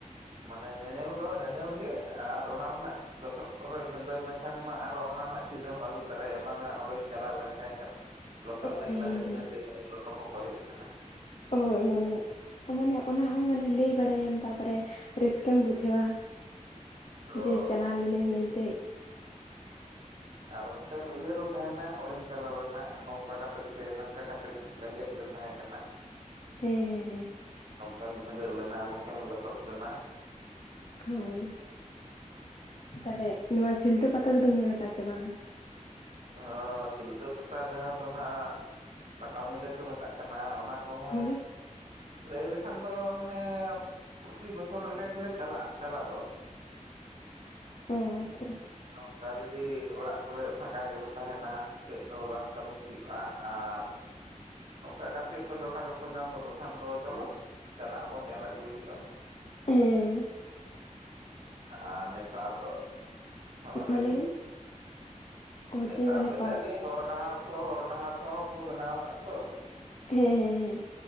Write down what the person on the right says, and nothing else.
ᱢᱟᱱᱮ ᱧᱮᱧᱮᱞ ᱫᱚ ᱧᱮᱧᱮᱞ ᱜᱮ ᱟᱨ ᱚᱱᱟ ᱨᱮᱱᱟᱜ ᱞᱚᱥᱚᱫ ᱠᱚᱨᱮ ᱵᱷᱤᱸᱫᱟᱹᱲ ᱞᱮᱱᱠᱷᱟᱱ ᱢᱟ ᱟᱨᱚ ᱚᱱᱟ ᱨᱮᱱᱟᱜ ᱪᱤᱱᱦᱟᱹᱢ ᱟᱹᱜᱩ ᱛᱚᱨᱟᱭᱟ ᱵᱟᱝᱟ ᱚᱸᱰᱮᱧ ᱪᱟᱞᱟᱣ ᱞᱮᱱ ᱛᱟᱦᱮᱸ ᱠᱟᱱᱟ ᱾ ᱞᱚᱥᱚᱫ
ᱨᱤᱝ <inaudible>
ᱢᱮᱱᱛᱮ <inaudible> ᱤᱧ ᱞᱚᱴᱚᱯᱚᱴᱚ ᱦᱮᱡ ᱟᱠᱟᱱᱟ ᱾
ᱦᱳᱭ
ᱟᱨ ᱢᱤᱫᱴᱟᱝ ᱩᱭᱦᱟᱹᱨ ᱦᱚᱸ ᱛᱟᱦᱮᱱᱟ ᱚᱸᱰᱮᱧ ᱪᱟᱞᱟᱣ ᱞᱮᱱᱟ ᱱᱚᱝᱠᱟ ᱠᱟᱛᱮ ᱥᱮ ᱱᱟᱝᱠᱟ ᱠᱟᱛᱮᱧ ᱞᱮᱸᱡᱮᱫ ᱞᱮᱱ ᱛᱟᱦᱮᱸ ᱠᱟᱱᱟ ᱾ <unintelligible>
ᱱᱚᱝᱠᱟᱧ ᱵᱷᱤᱸᱫᱟᱹᱲ ᱞᱮᱱᱟ ᱱᱚᱝᱠᱟᱧ ᱞᱚᱥᱚᱫ ᱞᱮᱱᱟ
ᱚ ᱥᱤᱞᱫᱟᱹ ᱯᱟᱛᱟ ᱡᱟᱦᱟᱸ ᱫᱚ ᱦᱟᱸᱜ ᱯᱟᱴᱟᱵᱤᱫᱟᱹ ᱠᱚ ᱢᱮᱛᱟᱜ ᱠᱟᱱᱟ ᱚᱱᱟ ᱠᱚᱦᱚᱸ
ᱞᱟᱹᱭ ᱞᱮᱠᱷᱟᱱ ᱫᱚ ᱢᱟᱱᱮ ᱯᱨᱚᱛᱤ ᱵᱚᱪᱷᱚᱨ ᱞᱮᱠᱟ ᱜᱮᱞᱮ ᱪᱟᱞᱟᱜᱼᱟ ᱪᱟᱞᱟᱣ ᱫᱚ᱾
ᱱᱚᱝᱠᱟ ᱡᱩᱫᱤ ᱚᱲᱟᱜ ᱠᱚᱨᱮ ᱯᱷᱟᱠᱟ ᱜᱮᱞᱮ ᱛᱟᱦᱮᱱᱟ ᱪᱮᱫ ᱦᱚᱸ ᱵᱟᱝ ᱠᱟᱹᱢᱤ ᱦᱩᱭᱩᱜᱼᱟ, ᱟᱨ ᱱᱚᱝᱠᱟ ᱜᱟᱛᱮ ᱠᱚ ᱡᱚᱴᱟ ᱠᱚᱠᱚ ᱧᱟᱢ ᱜᱚᱫᱚᱜ ᱠᱷᱟᱱ ᱫᱚ ᱪᱚᱞᱚ ᱪᱟᱞᱟᱜ ᱟᱵᱚᱱ ᱧᱮᱞ ᱟᱹᱜᱩᱭ ᱦᱩᱭᱩᱜᱼᱟ ᱾
ᱟᱨ ᱱᱮᱛᱟᱨ ᱫᱚ, ᱦᱚᱸᱚ
ᱞᱟᱹᱭ ᱢᱮ?
ᱱᱮᱛᱟᱨ
ᱫᱚ
ᱟᱹᱞᱤᱧ ᱦᱚᱨ ᱰᱟᱦᱟᱨ ᱠᱚ ᱦᱚᱨ ᱰᱟᱦᱟᱨ ᱠᱚᱦᱚᱸ ᱠᱚ ᱵᱮᱱᱟᱣ ᱟᱠᱟᱫᱼᱟ ᱫᱚ᱾